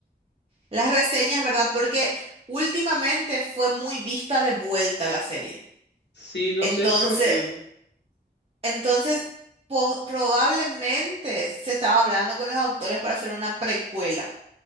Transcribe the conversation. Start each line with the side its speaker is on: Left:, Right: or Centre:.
Right: las reseñas, ¿verdad? Porque últimamente fue muy vista de vuelta la serie.
Left: Sí, no
Right: Entonces,
Left: sé por qué.
Right: entonces po- probablemente se estaba hablando con los autores para hacer una precuela.